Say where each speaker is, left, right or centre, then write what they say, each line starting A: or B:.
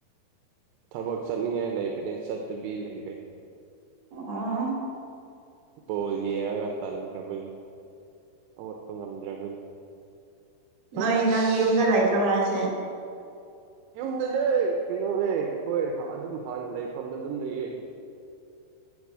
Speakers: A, on the right (about 75°); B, on the right (about 55°).
A: ꯊꯕꯛ ꯆꯠꯅꯤꯡꯉꯥꯏ ꯂꯩꯕꯅꯦ ꯆꯠꯇꯕꯤ ꯂꯩꯔꯦ
B: ꯑ <inaudible>
A: ꯕꯣꯜ ꯌꯦꯡꯉꯒ ꯇꯟꯈ꯭ꯔꯕꯒꯤ ꯍꯧꯒꯠꯄ ꯉꯝꯗ꯭ꯔꯕꯒꯤ
B: ꯅꯣꯏ
A: ꯑꯩꯁ
B: ꯅꯪ ꯌꯨꯝꯗ ꯂꯩꯇ꯭ꯔꯣ ꯍꯥꯏꯁꯦ
A: ꯌꯨꯝꯗꯅꯦ ꯀꯩꯅꯣꯅꯦ ꯑꯩꯈꯣꯏ ꯑꯗꯨꯝ ꯍꯥꯟꯅ ꯂꯩꯐꯝꯗ ꯑꯗꯨꯝ ꯂꯩ ꯌꯦ <inaudible>